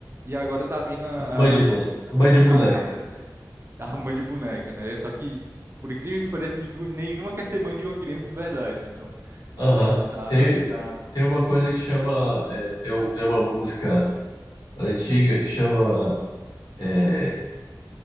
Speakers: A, on the right (about 35°); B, on the left (about 70°).
A: e agora tá vindo as.
B: Mãe de planta. Mãe de
A: a
B: boneca.
A: a mãe de boneca, né? Só que, por incrível que pareça, ningu- nenhuma quer ser mãe de uma criança de verdade, né? Então,
B: Aham.
A: assim, tá,
B: Tem,
A: tá,
B: tem uma coisa
A: né?
B: que chama. é, tem, um- tem uma música antiga que chama. é,